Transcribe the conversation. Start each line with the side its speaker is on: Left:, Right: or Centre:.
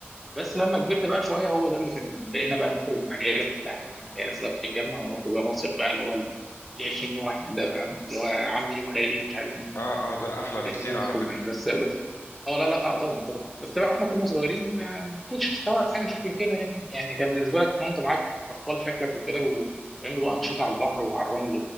Centre: بس لما كبرت بقى شوية هو ده اللي كان بقينا بقى نخرج مع العيلة كلها يعني العيلة كلها بتتجمع ونخرج بقى مصيف بقى اللي هو ال 20 واحد ده فاهم اللي هو عمي وخالي ومش عارف مين
Left: اه اه ده احلى بكتير
Centre: لا الدنيا مزحومه
Left: على فكرة
Centre: يعني بس بس اه لا لا اه طبعا طبعا بس طبعا احنا كنا صغيرين ما ما كنتش تستوعب حاجه شكل كده يعني يعني كان بالنسبه لك ان انت معاك اطفال شكلك وكده وبيعملوا بقى انشطه على البحر وعلى الرمل